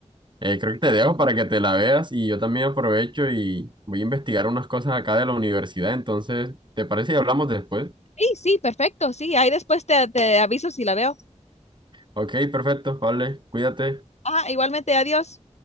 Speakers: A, on the right (about 40°); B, on the left (about 65°).
A: eh, creo que te dejo para que te la veas y yo también aprovecho y voy a investigar unas cosas acá de la universidad, entonces, ¿te parece y hablamos después?
B: Sí, sí, perfecto, sí, ahí después te, te aviso si la veo.
A: Ok, perfecto, vale, cuídate.
B: Ah, igualmente, adiós.